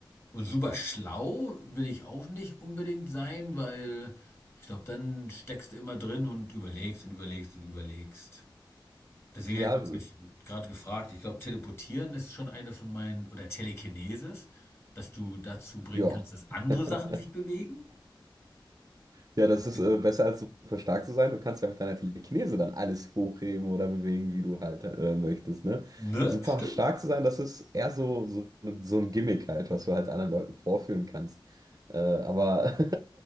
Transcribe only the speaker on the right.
Ja,
Ja.
<laughs>
Ja, das
ist
äh, besser als super stark zu sein. Du kannst ja mit deiner Telekinese dann alles hochheben oder bewegen, wie du halt äh, möchtest, ne?
Super
stark zu sein, das ist eher so, so, so ein Gimmick halt, was du halt anderen Leuten vorführen kannst. Äh, aber,